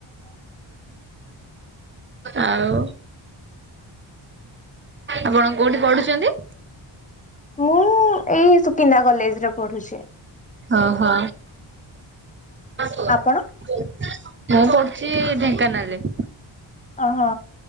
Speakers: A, on the right; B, on the left.
A: ଆଉ। ଆପଣ କୋଉଠି ପଢୁଚନ୍ତି।
B: ମୁଁ ଏଇ ସୁକିନ୍ଦା କଲେଜ୍ ରେ ପଢୁଚି।
A: ଅହ। ମୁଁ
B: ଆପଣ?
A: ପଡ୍ଚି ଢେଙ୍କାନାଳ୍ ରେ।
B: ଅହ।